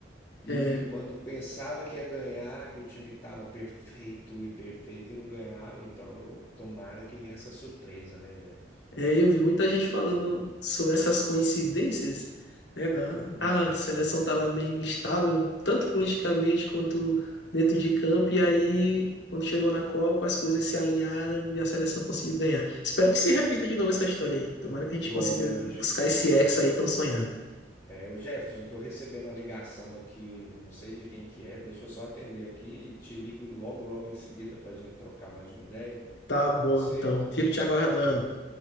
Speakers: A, on the left (about 20°); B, on the left (about 70°).
A: E
B: É, é,
A: quando pensava que ia ganhar, que o time estava perfeito e perfeito e não ganhava, então eu- tomara que venha essa surpresa, né, Jefferson?
B: é, eu vi muita gente falando sobre essas coincidências, né, da,
A: É,
B: ah, a seleção estava meio instável, tanto politicamente quanto dentro de campo, e aí, quando chegou na Copa, as coisas se alinharam e a seleção conseguiu ganhar. Espero que se repita de novo essa história aí. Tomara que a gente
A: Lógico,
B: consiga buscar esse
A: lógico.
B: ex aí tão sonhado.
A: É, o Jefferson, eu tô recebendo uma ligação aqui, não sei de quem que é, deixa eu só atender aqui e te ligo logo, logo em seguida pra gente trocar mais uma ideia.
B: Tá bom,
A: Pode ser?
B: então. Fico te aguardando.